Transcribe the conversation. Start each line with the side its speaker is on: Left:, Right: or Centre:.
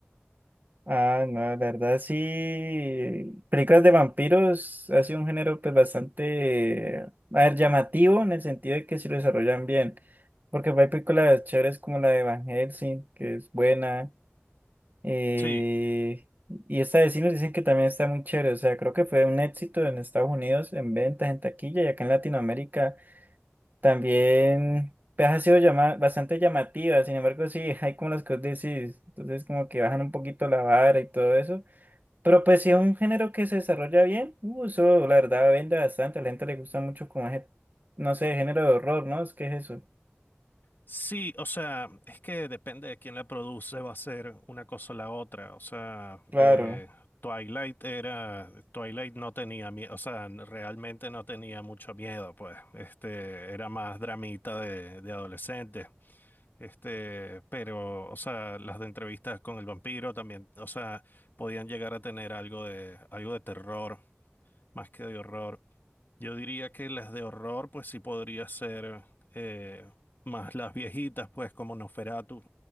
Right: Ah, no, la verdad sí. Películas de vampiros ha sido un género pues bastante, eh, a ver, llamativo en el sentido de que se lo desarrollan bien. Porque hay películas chéveres como la de Van Helsing, que es buena. eh,
Left: Sí,
Right: y esta de sí nos dicen que también está muy chévere. O sea, creo que fue un éxito en Estados Unidos en ventas, en taquilla y acá en Latinoamérica también pues, ha sido llama- bastante llamativa. Sin embargo, sí, <laughs> hay como las que vos decís. Entonces como que bajan un poquito la vara y todo eso. Pero pues si es un género que se desarrolla bien, uh, eso la verdad vende bastante, a la gente le gusta mucho como ese, no sé, género de horror, ¿no? Es que es eso.
Left: sí, o sea, es que depende de quién la produce, va a ser una cosa o la otra. O sea,
Right: Claro,
Left: eh, Twilight era, Twilight no tenía miedo, o sea, n- realmente no tenía mucho miedo, pues, este, era más dramita de, de adolescentes. Este, pero, o sea, las de entrevistas con el vampiro también, o sea, podían llegar a tener algo de, algo de terror, más que de horror. Yo diría que las de horror, pues sí podría ser eh, más las viejitas, pues como Nosferatu,